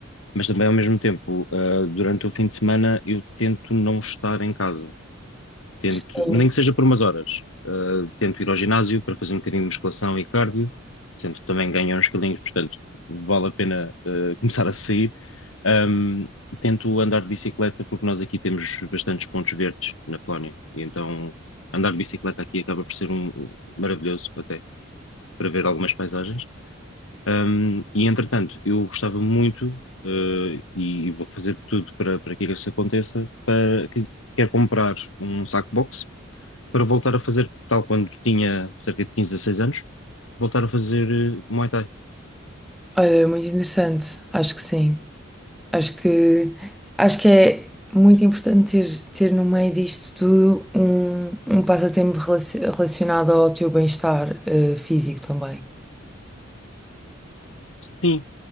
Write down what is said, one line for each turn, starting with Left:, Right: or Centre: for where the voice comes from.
Left: mas também ao mesmo tempo, ah, durante o fim de semana, eu tento não estar em casa, tento,
Centre: Sim.
Left: nem que seja por umas horas, Ah, tento ir ao ginásio para fazer um bocadinho de musculação e cardio, tento também ganhar uns quilinhos, portanto, vale a pena, ah, <laughs> começar a sair. Ahm, tento andar de bicicleta porque nós aqui temos bastantes pontos verdes na Polónia, e então andar de bicicleta aqui acaba por ser um, um maravilhoso até para ver algumas paisagens. Um, e entretanto, eu gostava muito, eh, e vou fazer tudo para, para que isso aconteça, para que quer comprar um saco boxe para voltar a fazer, tal quando tinha cerca de 15, 16 anos, voltar a fazer eh, Muay Thai.
Centre: Olha, muito interessante. Acho que sim. Acho que, acho que é muito importante ter, ter no meio disto tudo um, um passatempo relaci- relacionado ao teu bem-estar, eh, físico também.
Left: Sim,